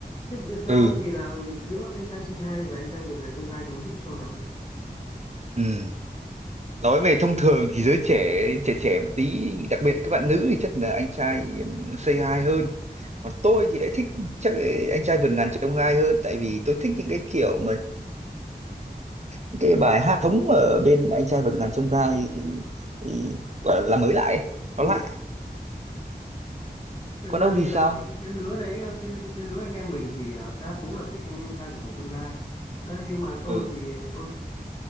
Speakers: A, on the left; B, on the right.
A: Thế, ờ, theo
B: Ừ,
A: ông thì là giữa anh trai C2 và anh trai vượt ngàn chông gai thì ông thích show nào hơn
B: ừ. Nói về thông thường thì giới trẻ trẻ trẻ một tí, đặc biệt là các bạn nữ thì chắc là anh trai ừm, Say Hi hơn. còn tôi thì lại thích chắc anh trai vượt ngàn chông gai hơn tại vì tôi thích những cái kiểu mà những cái bài hát thống ở bên anh trai vượt ngàn chông gai ý- ý- gọi là mới lại ấy. nó
A: Ừ.
B: lạ
A: thực
B: còn
A: ra
B: ông
A: thì
B: thì sao
A: là cái cái lứa đấy ờ, cái cái lứa anh em mình thì ờ, đa số là thích anh em trai vượt ngàn chông gai Ờ, nhưng mà tôi
B: ừ
A: thì tôi